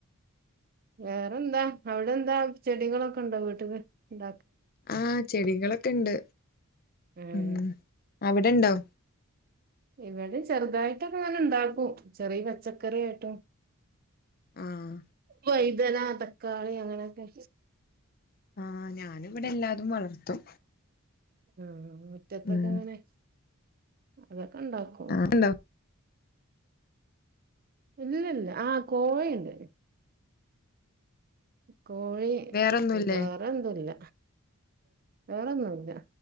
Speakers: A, on the right; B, on the left.
A: വേറെന്താ അവിടെ എന്താ ചെടികളൊക്കെ ഉണ്ടോ വീട്ടില് ഇണ്ട
B: ആഹ് ചെടികളൊക്കെ ഇണ്ട്
A: ഏഹ്
B: ഉം അവിടെണ്ടോ
A: ഇവിടെ ചെറുതായിട്ടൊക്കെ അങ്ങനെ ഉണ്ടാക്കും ചെറിയ പച്ചക്കറായിട്ടോ
B: ആഹ
A: വഴുതന തക്കാളി അങ്ങനെയൊക്കെ
B: ആഹ ഞാൻ ഇവിടെ എല്ലാതും വളർത്തും
A: ആ മുറ്റത്തൊക്കെ
B: ഉം
A: അങ്ങനെ അത ഉണ്ടാക്കോ
B: ആഹ് ഉണ്ടോ
A: ഇല്ലില്ല ആഹ കോഴിയുണ്ട് കോഴി
B: വേറൊന്നുല്ലേ
A: വേറെ ഒന്നുല്ല വേറൊന്നുംല്ല